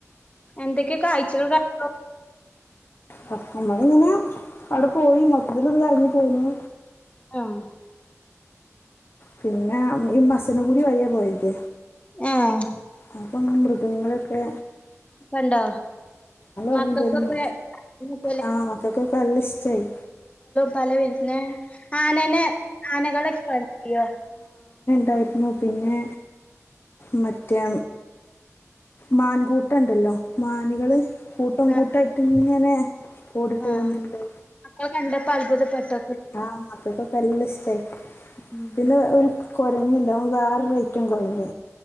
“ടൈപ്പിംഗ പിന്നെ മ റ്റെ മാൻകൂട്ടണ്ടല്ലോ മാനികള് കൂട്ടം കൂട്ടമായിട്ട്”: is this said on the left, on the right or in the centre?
Left